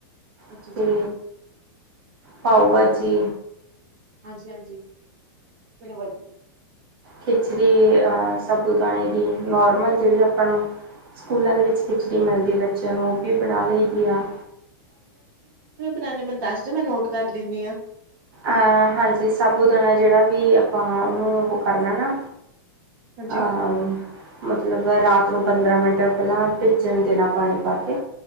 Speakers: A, on the right (about 45°); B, on the right (about 70°).
A: ਅੱਛਾ-
B: ਅਤੇ
A: ਅੱਛਾ।
B: ਪਾਓ ਭਾਜੀ
A: ਹਾਂਜੀ-ਹਾਂਜੀ। ਕਿੰਨੀ ਵਧੀ
B: ਖਿਚੜੀ ਸਾਬੂ ਦਾਨੇ ਦੀ ਨੋਰਮਲ ਜਿਹੜੀ ਆਪਾਂ ਨੂੰ ਸਕੂਲਾਂ ਦੇ ਵਿੱਚ ਖਿਚੜੀ ਮਿਲਦੀ, ਬੱਚਿਆਂ ਨੂੰ ਉਹ ਵੀ ਬਣਾ ਲਈ ਦੀ ਆ।
A: ਨਾਲੇ ਮੈਨੂੰ ਦੱਸ ਦਿਉ, ਮੈਂ ਨੋਟ ਕਰ ਲੈਂਦੀ ਆ।
B: ਅਹ ਹਾਂਜੀ, ਸਾਬੂ ਦਾਣਾ ਜਿਹੜਾ ਵੀ ਆਪਾਂ ਉਹਨੂੰ ਉਹ ਕਰਨਾ ਨਾ
A: ਹਾਂਜੀ,
B: ਅਹ ਮਤਲਬ ਰਾਤ ਨੂੰ ਪੰਦਰਾਂ ਮਿੰਟ ਪਹਿਲਾਂ ਭਿੱਜਣ ਦੇਣਾ ਪਾਣੀ ਪਾ ਕੇ